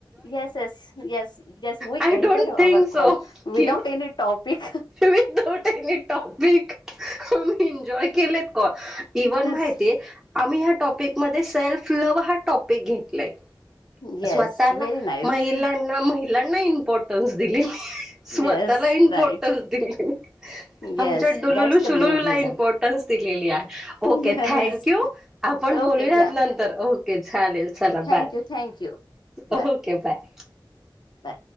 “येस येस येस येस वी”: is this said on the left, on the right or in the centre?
Left